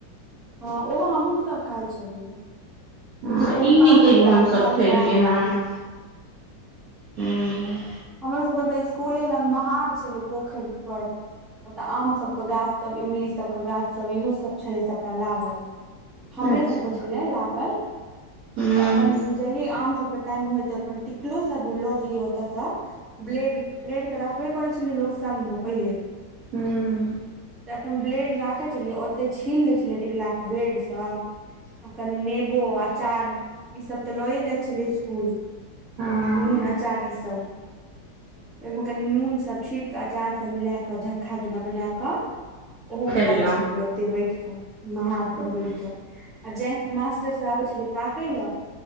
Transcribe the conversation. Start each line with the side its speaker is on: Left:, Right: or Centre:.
Centre: हँ ओ हमहुँ सब खाए छलियै
Right: हँ
Centre: लेकिन ओ
Right: ई नहि
Centre: पाकल
Right: कहियो
Centre: वाला
Right: हमसभ
Centre: तार
Right: खेलियै
Centre: खराब लागे
Right: हँ
Centre: <inaudible>
Right: हूँ
Centre: हमर सबके तऽ स्कूले लग महार छलै पोखरि पर ओतऽ आम सब गाछ सब इमली सबके गाछ सब इहो सब छलै सबटा लागल हमरे
Right: अच्छा
Centre: सभके छलै लागल
Right: हूँ
Centre: तऽ अपन जहि आम सभके टाइम होइत अपन टिकलो सभ ल जाइए ओत स ब्लेड ब्लेड तऽ रखबैे करै छैै लोक संग म पहिले
Right: <unintelligible>
Centre: त अपन ब्लेड राखे छलियै ओते छील ले छलियै टिकला के ब्लेड से आ कनि नेब अचार ई सब तऽ लए जाइ छले स्कूल
Right: हँ
Centre: नून आचार इ सब <inaudible> ओहिमे कनि नून सब छी अचार सब मिला क झक्खा जेना बना कऽ ओहो
Right: खेललहुँ
Centre: खाय छलियै ओते बैठ कऽ महार पर
Right: हूँ
Centre: बैठ कऽ आ जायकि मास्टर सभ आबै छलै ताकय लए